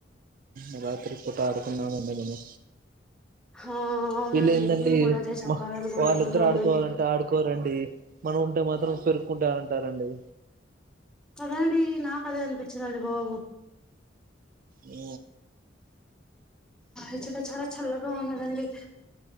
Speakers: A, on the right; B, in the centre.
A: ఉ రాత్రి పూట ఆడుకుందామండి మనం
B: ఆ అవునండి
A: వీలేందండి
B: మేము కూడా అదే చెప్పాలనుకుంటున్నామండి
A: వాళ్ళిద్దరు ఆడుకోవాలంటే ఆడుకోరండి మనం ఉంటే మాత్రం పెరుకుంటంటారండి
B: కదండి నాకు అదే అనిపించినది బాబు
A: ఉ
B: ఇచ్చట చాలా చల్లగా ఉన్నదండి